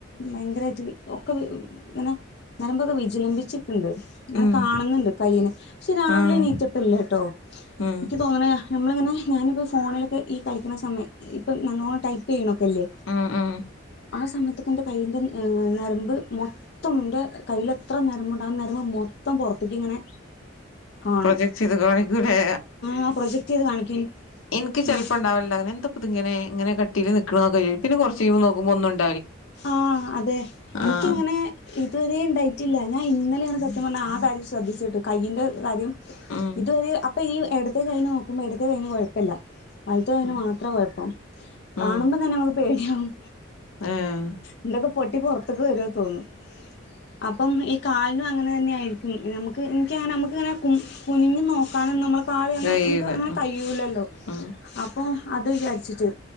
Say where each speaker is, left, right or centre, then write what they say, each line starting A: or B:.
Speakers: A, on the left; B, on the left.
A: ഭയങ്കരായിട്ട് ഒക്കെ ഇങ്ങനെ നരമ്പൊക്കെ വിജിലംബിച്ച് ണ്ട് ഇങ്ങനെ
B: ഉം
A: കാണുന്നുണ്ട് കയ്യിന് പക്ഷെ രാവിലെ
B: ആഹ്
A: എണീറ്റപ്പ ഇല്ലേട്ടോ
B: ഉം
A: എനിക്ക് തോന്നണ നമ്മളിങ്ങനെ ഞാനിപ്പോ ഫോണിലൊക്കെ ഈ കളിക്കണ സമയം ഇപ്പൊ നല്ലോണം ടൈപ്പ് ചെയ്യണ ല്ലേ
B: ഉം ഉം
A: ആ സമയതൊക്കെ ന്റെ കയ്യിന്റെ നരമ്പ് മുൻപ് മൊത്തം എന്റെ കയ്യിൽ എത്ര നേരമ്പുണ്ടന്ന് നരമ്പ് മൊത്തം പുറത്തേക്ക് ഇങ്ങനെ കാണും
B: പ്രൊജെക്ട് ചെയ്ത് കാണിക്കല്ലേ
A: ആ പ്രൊജക്ട് ചെയ്ത് കാണിക്കും
B: എനിക്ക് ചില്പ്പോ
A: ആ
B: ഉണ്ടാവൽ ഉണ്ട് അങ്ങനെ എന്ത പ്പഅതിങ്ങനെ കട്ടീൽ നിക്കണൊക്കെ പിന്നെ കുറച്ചു കഴിഞ്ഞു നോക്കുമ്പോ ഒന്നുണ്ട്
A: ആഹ അതെ എനിക്കങ്ങനെ
B: ആഹ്
A: ഇതുവരെയണ്ടായി ണ്ടായിട്ടില്ല ഞാൻ ഇന്നലെയാണ് സത്യം പറഞ്ഞാൽ ആ കാര്യം ശ്രദ്ധിച്ചിട്ട് കയ്യിന്റെ കാര്യം
B: ഉം
A: ഇതുവരെ അപ്പൊ ഈ ഇടത്തെ കഴിന് നോക്കുമ്പോൾ ഇട്ത്തെ കഴിന് കുഴപ്പല്ല വലത്തെ കയ്നു
B: ഉം
A: മാത്രേ കുഴപ്പം കാണുമ്പോ
B: ഉം
A: തന്നെ നമുക്ക് പേടിയാവും.
B: ഏഹ്
A: എന്തൊക്കെ പൊട്ടി പുറത്ത്ക്ക് വരൂ തോന്നും അപ്പം ഈ കാലിനും അങ്ങനെ തന്നെയായിരിക്കും നമുക്ക് എനിക്കങ്ങനെ നമുക്കിങ്ങനെ കുനിഞ്ഞു നോക്കാനും നമ്മൾ ആവി അങ്ങനെ
B: കഴിയൂല
A: നമുക്ക് അങ്ങനെ
B: ഉം
A: കഴിയൂല്ലല്ലോ
B: ഉം
A: അപ്പോൾ അത് വിചാരിച്ചിട്ട്